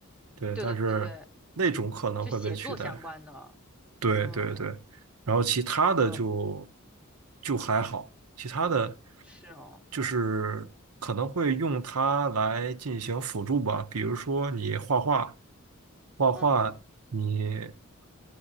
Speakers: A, on the right (about 85°); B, in the centre.
A: 对，
B: 对对对对，
A: 但是那种可能会被取代。
B: 就写作相关的。
A: 对对对，
B: 嗯
A: 然后其他的就
B: 嗯，
A: 就还好，其他的
B: 是哦。
A: 就是可能会用它来进行辅助吧，
B: 嗯
A: 比如说你画画，画画你
B: 嗯嗯